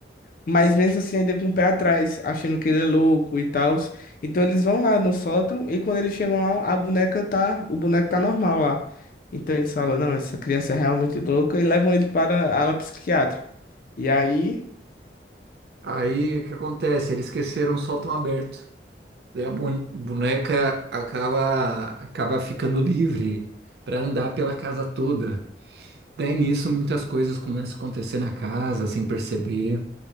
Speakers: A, on the left (about 50°); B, on the right (about 65°).
A: mas mesmo assim ainda com o pé atrás, achando que ele é louco e tal. Então eles vão lá no sótão e quando eles chegam lá, a boneca tá, o boneco tá normal lá. Então eles falam, não, essa criança é realmente louca e levam ele para a ala psiquiátrica. E aí
B: Aí o que acontece? Eles esqueceram o sótão aberto. Daí a bon- boneca acaba, acaba ficando livre para andar pela casa toda. Daí nisso muitas coisas começam a acontecer na casa sem perceber.